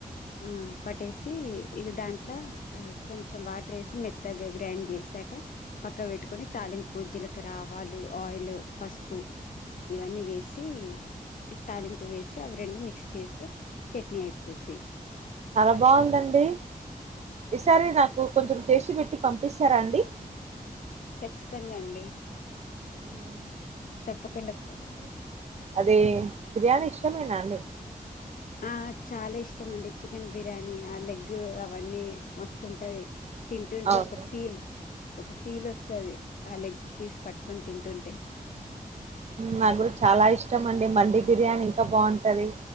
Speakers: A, on the left; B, on the right.
A: ఆ పటేస్ ఛీ ఇక దాంట్లో ఆ కొంచెం వాటర్ వేసి మెత్తగా గ్రైండ్ చేసాక పక్క పెట్టుకుని తాలింపు జీలకర్ర ఆవాలు ఆయిల్ పసుపు ఇవన్నీ వేసి తాలింపు వేసి అవి రెండు మిక్స్ చేస్తే చట్నీ అయిపోద్ది.
B: చాలా బావుందండి ఈసారి నాకు కొంచెం చేసి పెట్టి పంపిస్తారా అండి
A: ఖచ్చితంగా అండి
B: మ్మ్.
A: తప్పకుండా
B: అదే బిర్యానీ ఇష్టమే నా అండి
A: ఆ చాలా ఇష్టం అండి చికెన్ బిర్యానీ ఆ లెగ్ అవన్నీ మస్తుంటాది. తింటుంటే
B: అవును
A: ఒక ఫీల్ ఒక ఫీల్ వస్తాది ఆ లెగ్ పీస్ పట్టుకొని తింటుంటే
B: నాగ్గూడ చాలా ఇష్టం అండి మండి బిర్యానీ ఇంకా బావుంటది.